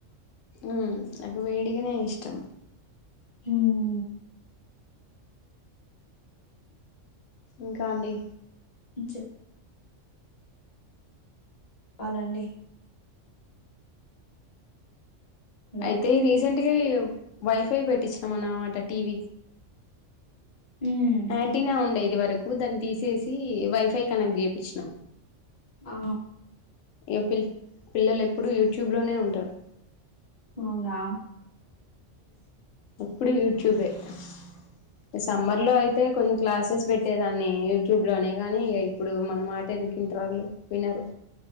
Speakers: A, on the left; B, on the left.
A: ఉమ్ నాకువేడికనే ఇష్టం
B: ఉం
A: ఇంకా అండి
B: చెప్ పాలండి హలో!
A: అయితే రీసెంట్గా వైఫై పెట్టిచినాం అన్నమాట టీవీ
B: ఉమ్
A: ఆంటీనా ఉండే ఇది వరకు దాన్ని తీసేసి వైఫై కనెక్ట్ చేపిచ్చినాం
B: ఆ
A: ఇగ పిల్ పిల్లలు ఎప్పుడు యూట్యూబ్ లోనే ఉంటారు
B: అవునా
A: అప్పుడు యుట్యూబ్ యే సమ్మర్ లో అయితే కొన్ని క్లాసెస్ పెట్టేదాన్ని యూట్యూబ్ లోనే కాని ఇగ ఇప్పుడు మన మాట ఎందుకు ఇంటర్ వాళ్ళు వినరు